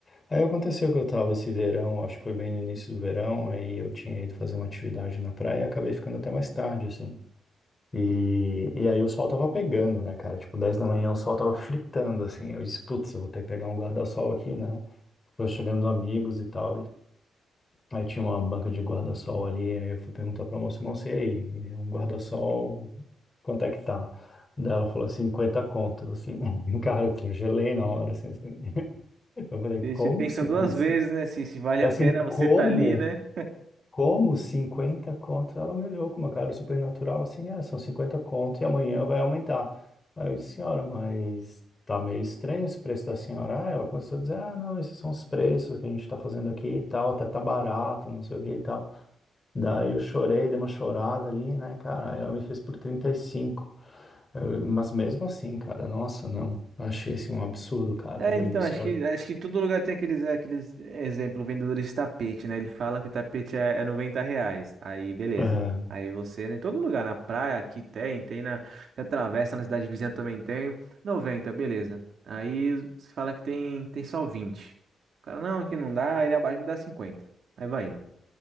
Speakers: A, on the left; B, on the right.
A: Aí aconteceu que eu tava esse verão, acho que foi bem no início do verão, aí eu tinha ido fazer uma atividade na praia e acabei ficando até mais tarde, assim. E, e aí o sol tava pegando, né, cara? Tipo, 10 da manhã o sol tava fritando, assim. Eu disse, putz, eu vou ter que pegar um guarda-sol aqui, né? Foi chegando amigos e tal. Aí tinha uma banca de guarda-sol ali. Aí eu fui perguntar pra moça, moça, e aí? Um guarda-sol, quanto é que tá? Daí ela falou, 50 conto. Eu, assim, <laughs> cara, eu congelei na hora, assim, assim. Eu falei,
B: E
A: como,
B: Você pensa
A: senhora?
B: duas
A: Assim,
B: vezes, né? Se, se vale
A: Eu,
B: a
A: assim,
B: pena
A: como?
B: você estar ali, né?
A: Como 50 conto? Ela me olhou com uma cara super natural, assim, é, são 50 conto e amanhã vai aumentar. Aí eu disse, senhora, mas tá meio estranho esse preço da senhora. Ah, ela começou a dizer, ah, não, esses são os preços que a gente tá fazendo aqui e tal, até tá barato, não sei o que e tal. Daí eu chorei, dei uma chorada ali, né, cara, aí ela me fez por 35. Eu, mas mesmo assim, cara, nossa, não, eu achei assim um absurdo, cara.
B: É,
A: Aí
B: então,
A: eu disse,
B: acho
A: olha,
B: que, acho que em todo lugar tem aqueles, é, aqueles exemplo, vendedores de tapete, né? Ele fala que o tapete é, é 90 reais. Aí, beleza.
A: aham,
B: Aí você, né, em todo lugar, na praia, aqui tem, tem na, na travessa, na cidade vizinha também tem. noventa beleza. Aí você fala que tem, tem só 20. O cara, não, que não dá, ele abaixa, me dá cinquenta Aí vai indo.